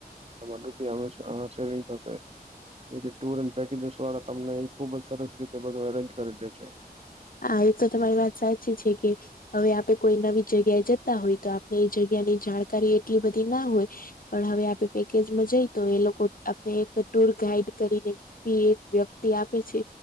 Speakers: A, on the right; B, on the left.
A: તમાર રૂપિયા અ સ અ સેવિંગ થશે. એથી ટુર એન્ડ પેકેજસ વાળા તમને એ ખુબ જ સરસ રીતે બધું અરેન્જ કરી દે છે.
B: હા, એ તો તમારી વાત સાચી છે કે હવે આપે કોઈ નવી જગ્યાએ જતા હોય તો આપણે એ જગ્યાની જાણકારી એટલી બધી ના હોય. પણ હવે આપે પેકેજમાં જઈ તો એ લોકો આપણે એક ટુર ગાઈડ કરીને ઈ એક વ્યક્તિ આપે છે,